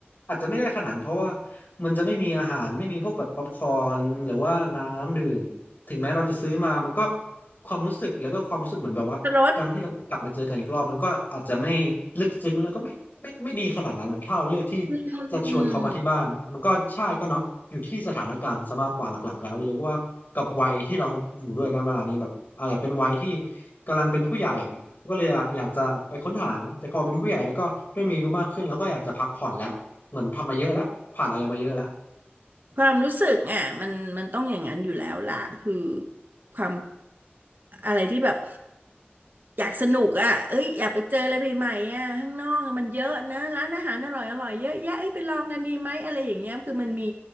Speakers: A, on the left (about 50°); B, on the right (about 50°).
A: อาจจะไม่ได้ขนาดนั้นเพราะว่ามันจะไม่มีอาหารไม่มีพวกแบบป๊อปคอร์นหรือว่าน้ำดื่มถึงแม้เราจะซื้อมามันก็ความรู้สึกแล้วก็ความรู้สึกเหมือนแบบว่าการที่เราได้กลับมาเจอกันอีกรอบมันก็อาจจะไม่ลึกซึ้งแล้วก็ไม่ไม่ไม่ดีขนาดนั้นนะถ้าเราเลือกที่
B: รถอื
A: จะชวนเขามาที่บ้านมันก็ใช่ก็เนาะอยู่ที่สถานการณ์ซะมากกว่าหลักๆแล้วหรือว่ากับวัยที่เราอยู่ด้วยนะเวลานี้แบบอาจจะเป็นวัยที่
B: ม
A: กำลังเป็นผู้ใหญ่ก็เลยอยากจะไปค้นหาแต่พอเป็นผู้ใหญ่แล้วก็เริ่มมีอายุมากขึ้นแล้วก็อยากจะพักผ่อนแล้วเหมือนทำมาเยอะแล้วผ่านอะไรมาเยอะแล้ว
B: ความรู้สึกอ่ะมันมันต้องอย่างนั้นอยู่แล้วล่ะคือความอะไรที่แบบอยากสนุกอ่ะเอ้ยอยากไปเจออะไรใหม่ๆอ่ะข้างนอกมันเยอะนะร้านอาหารอร่อยอร่อยเยอะแยะเอ้ยไปลองกันดีไหมอะไรอย่างเงี้ยคือมันมี